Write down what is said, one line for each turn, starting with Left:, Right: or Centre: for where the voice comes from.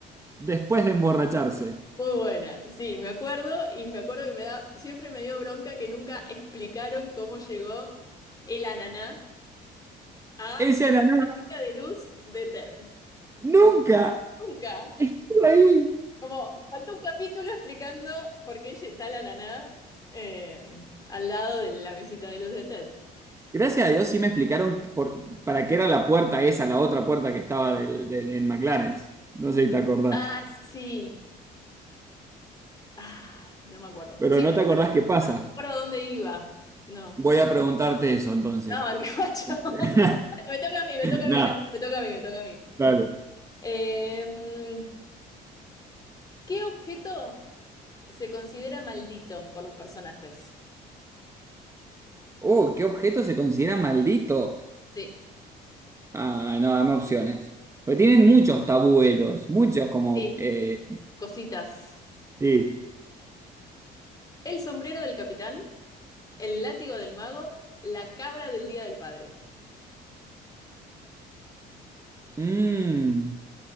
Right: después de emborracharse?
Left: Muy buena. Sí, me acuerdo y me acuerdo que me da, siempre me dio bronca que nunca explicaron cómo llegó el ananá a
Right: Ese ananá,
Left: la estética de luz de TED.
Right: nunca
Left: Nunca.
Right: estuvo ahí.
Left: Como faltó un capítulo explicando por qué está el ananá eh, al lado de la mesita de luz de TED.
Right: Gracias a Dios sí me explicaron por- para qué era la puerta esa, la otra puerta que estaba del, del- en McLaren. No sé si te acordás,
Left: Ah, sí. Ay, no me acuerdo.
Right: pero
Left: Sí,
Right: no te
Left: me
Right: acordás qué pasa.
Left: acuerdo dónde iba. No.
Right: Voy a preguntarte eso entonces.
Left: No, qué macho. <laughs>
Right: <laughs>
Left: Me toca a mí, me toca
Right: No,
Left: a mí, no, me toca a mí, me toca a mí.
Right: dale.
Left: Em, ¿qué objeto se considera maldito por los personajes?
Right: Uh, ¿qué objeto se considera maldito?
Left: Sí,
Right: Ah, no, dame opciones. Pues tienen muchos tabuelos, muchos como...
Left: sí.
Right: eh,
Left: Cositas.
Right: Sí,
Left: El sombrero del capitán, el látigo del mago, la cabra del Día del Padre.
Right: mm,